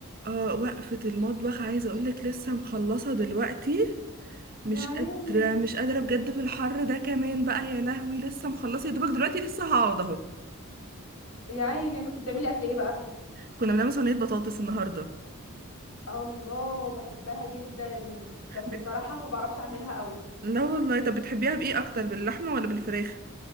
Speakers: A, on the right (about 45°); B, on the left (about 70°).
A: اه وقفة المطبخ عايزة اقولك لسه مخلصة دلوقتي مش
B: يا عيني
A: قادرة مش قادرة بجد في الحر ده كمان بقى يا لهوي لسه مخلصة يا دوبك دلوقتي لسه هقعد اهو
B: يا عيني كنت بتعملي اكل ايه بقى
A: كنا بنعمل صينية بطاطس النهاردة
B: الله بحبها جدا بس
A: بت...
B: الصراحه ما بعرفش اعملها قوي
A: لا والله طب بتحبيها بإيه أكتر باللحمة ولا بالفراخ؟